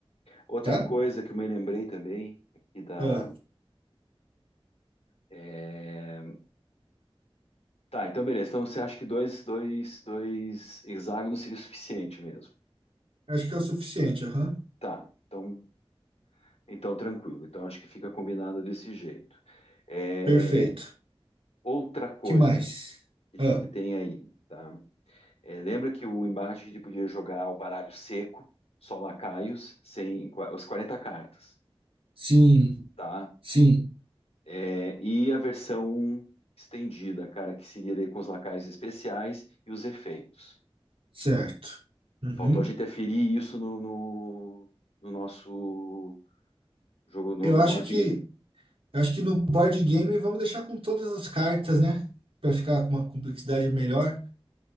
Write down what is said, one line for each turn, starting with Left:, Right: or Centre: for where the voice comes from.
Left: Outra
Right: tá?
Left: coisa que eu me lembrei também aqui da.
Right: Ah,
Left: é, Tá, então beleza. Então você acha que dois, dois, dois hexágonos seria o suficiente mesmo?
Right: acho que é o suficiente, aham.
Left: Tá, então, então tranquilo. Então acho que fica combinado desse jeito. É,
Right: Perfeito.
Left: outra coisa
Right: Que mais?
Left: que a
Right: Ah,
Left: gente tem aí, tá? É, lembra que o embate a gente podia jogar o baralho seco, só lacaios, sem os 40 cartas,
Right: sim,
Left: tá?
Right: sim,
Left: É, e a versão estendida, cara, que seria daí com os lacaios especiais e os efeitos.
Right: certo. Uhum.
Left: Faltou a gente aferir isso no, no, no nosso jogo no,
Right: Eu
Left: no
Right: acho
Left: board
Right: que,
Left: game.
Right: eu acho que no board game vamos deixar com todas as cartas, né? Para ficar com uma complexidade melhor.